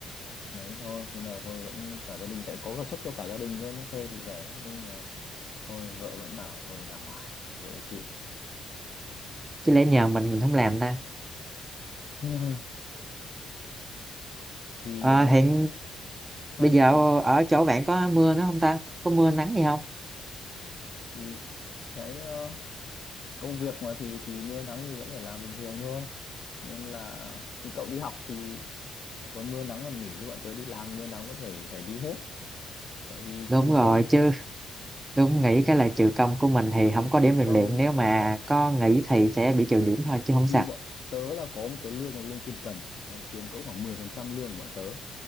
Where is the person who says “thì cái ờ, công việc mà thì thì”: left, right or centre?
Left